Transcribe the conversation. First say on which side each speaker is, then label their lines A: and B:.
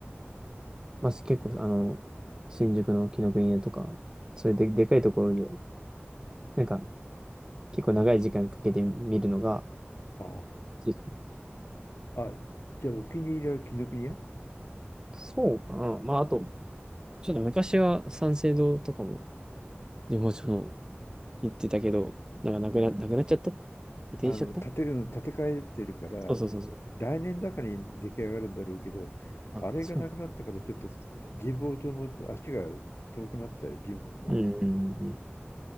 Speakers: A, on the right; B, on the left.
A: まあ、結構あの、新宿の紀伊国屋とか、そういうで、でかいところで、なんか結構長い時間かけて見るのが
B: あ
A: 好き、
B: あ。あ、じゃあお気に入りは紀伊国屋
A: そうかな。まああと、ちょっと昔は三省堂とかも地元の行ってたけど、なんかなくな、なくなっちゃった移転しちゃった
B: あの、建て、うん建て替えてるから、
A: そうそうそうそう。
B: 来年だかに出来上がるんだろうけど、
A: あ、
B: あれがなくなったからちょっと
A: そうなん
B: 神保町も足が遠くなったよ、自分も。
A: だ。うんうんうんうん。